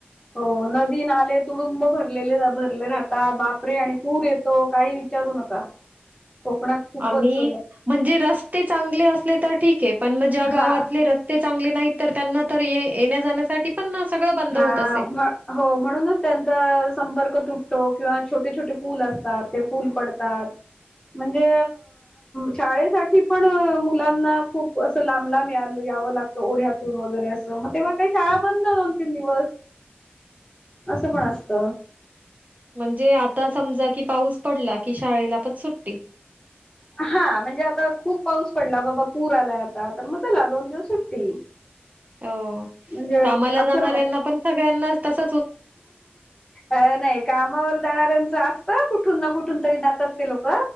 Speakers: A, on the left (about 20°); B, on the right (about 40°).
A: हो नदी, नाले तुडुंब भरलेले भरले राहतात. बापरे! आणि पूर येतो काही विचा करू नका.
B: <inaudible>
A: कोकणात खूपच
B: आणि म्हणजे रस् रस्ते चांगले असले तर ठीक आहे पण मग ज्या गावातले
A: हा
B: रस्ते चांगले नाहीत तर त्यांना तर ये-येण्या, जाण्यासाठी पण सगळं बंद
A: हा,
B: होत असेल.
A: हो. म्हणूनच त्यांचा संपर्क तुट तात किंवा छोटे-छोटे पूल असतात ते पूल पडतात. म्हणजे शाळेसाठी पण मुलांना खूप अस लांब-लांब या याव लागतओढ्यातून वगैरे अस मग तेव्हा काही शाळा बंद तीन दिवस असं पण असत.
B: म्हणजे आता समजा कि पाऊस पडला की शाळेला पण सुट्टी.
A: हां. म्हणजे आता खूप पाऊस पडला बाबा पूर आलाय आता तर मग चला दोन दिवस सुट्टी.
B: हो
A: म्हणजे
B: कामाला
A: असं
B: जाणाऱ्यांना पण सगळ्यांना तस
A: अ नाही कामावर जाणारऱ्यांच असतं कुठून ना कुठंन तरी जातात ते लोक